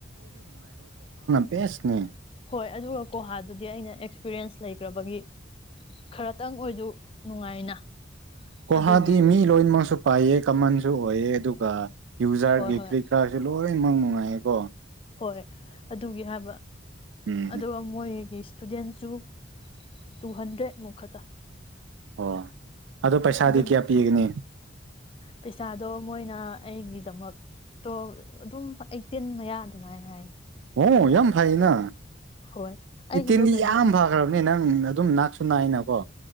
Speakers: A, on the right (about 80°); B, on the left (about 30°).
A: ꯄꯦꯁꯅꯤ
B: ꯍꯣꯏ ꯑꯗꯨꯒ ꯀꯣꯍꯥꯗꯨꯗꯤ ꯑꯩꯅ ꯑꯦꯛꯁꯄꯤꯔꯤꯌꯦꯟꯁ ꯂꯩꯈ꯭ꯔꯕꯒꯤ ꯈꯔꯇꯪ ꯑꯣꯏꯁꯨ ꯅꯨꯡꯉꯥꯏꯅ
A: ꯒꯍꯥꯗꯤ
B: ꯑꯗꯨꯒꯤ
A: ꯃꯤ ꯂꯣꯏꯅꯃꯛꯁꯨ ꯄꯥꯏꯑ ꯀꯃꯟꯁꯨ ꯍꯣꯏꯑꯦ ꯑꯗꯨꯒ ꯌꯨꯖꯥꯔꯒꯤ
B: ꯍꯣꯏ ꯍꯣꯏ
A: ꯀ꯭ꯔꯤꯞ ꯀꯥꯔꯠꯁꯨ ꯂꯣꯏꯅꯃꯛꯅꯨꯡꯉꯥꯏ ꯍꯥꯏꯀꯣ
B: ꯍꯣꯏ ꯑꯗꯨꯒꯤ ꯍꯥꯏꯕ
A: ꯎꯝ
B: ꯑꯗꯨꯒ ꯃꯣꯏꯒꯤ ꯏꯁꯇꯨꯗꯦꯟꯁꯨ ꯇꯨ ꯍꯟꯗ꯭ꯔꯦꯠ ꯃꯨ ꯈꯛꯇ
A: ꯑꯣ ꯑꯗꯣ ꯄꯩꯁꯥꯗꯤ
B: ꯑꯗꯨꯅ
A: ꯀꯌꯥ ꯄꯤꯒꯅꯤ
B: ꯄꯩꯁꯥꯗꯣ ꯃꯣꯏꯅ ꯑꯩꯒꯤꯗꯃꯛꯇꯣ ꯑꯗꯨꯝ ꯑꯩꯇꯤꯟ ꯃꯌꯥꯗ ꯁꯃꯥꯏ ꯍꯥꯏ
A: ꯑꯣ ꯌꯥꯝ ꯐꯩꯅ
B: ꯍꯣꯏ ꯑꯩꯒꯤꯗꯣ
A: ꯏꯇꯤꯟꯗꯤ
B: ꯀꯩꯅꯣ
A: ꯌꯥꯝ
B: ꯑꯣꯏ
A: ꯐꯈ꯭ꯔꯕꯅꯦ ꯅꯪ ꯑꯗꯨꯝ ꯅꯥꯛꯁꯨ ꯅꯥꯏꯅꯀꯣ